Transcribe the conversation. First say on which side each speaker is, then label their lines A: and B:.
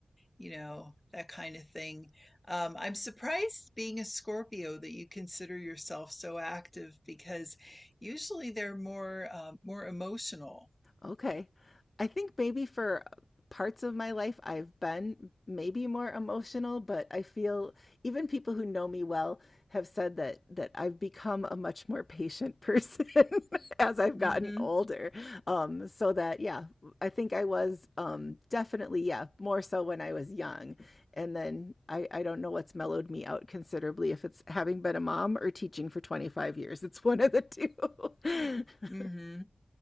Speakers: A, on the left; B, on the left.
A: you know, that kind of thing. Um, I'm surprised being a Scorpio that you consider yourself so active because usually they're more um, more emotional.
B: Okay. I think maybe for parts of my life, I've been maybe more emotional, but I feel even people who know me well have said that that I've become a much more patient person <laughs> as I've
A: hmm
B: gotten older. Um, so that, yeah, I think I was um, definitely, yeah, more so when I was young. And then I, I don't know what's mellowed me out considerably, if it's having been a mom or teaching for 25 years. It's one of the two.
A: hmm
B: <laughs>